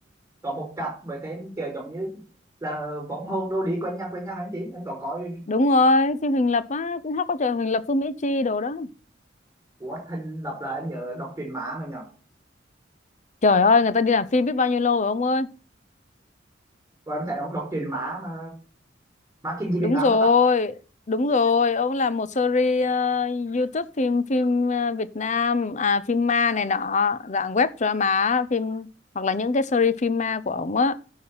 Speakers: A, on the right; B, on the left.
A: có một cặp với thêm kiểu giống như là võng hồn đô đi quanh nhau quanh nhau hả chị em có coi
B: đúng rồi phim Huỳnh Lập á cũng hot quá trời Huỳnh Lập Phương Mỹ Chi đồ đó
A: của thình lập là em nhớ đọc truyền má mà nhở
B: trời ơi người ta đi làm phim biết bao nhiêu lâu rồi ông ơi
A: và em thấy ông đọc truyền má mà má kinh dị Việt
B: Đúng
A: Nam
B: rồi,
A: nó tắt
B: đúng rồi, ông làm một series ờ, YouTube phim phim ờ, Việt Nam, à phim ma này nọ, dạng web drama, phim hoặc là những cái series phim ma của ông á.